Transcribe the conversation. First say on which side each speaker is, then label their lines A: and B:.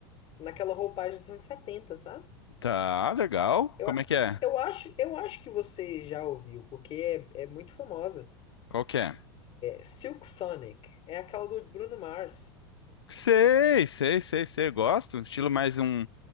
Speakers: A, on the left; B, on the left.
A: naquela roupagem dos anos 70, sabe?
B: Tá, legal.
A: Eu,
B: Como
A: a-
B: é que é?
A: eu acho, eu acho que você já ouviu, porque é, é muito famosa.
B: Qual que é?
A: Silk Sonic é aquela do Bruno Mars.
B: Sei, sei, sei, sei, gosto. Estilo
A: Sim.
B: mais um,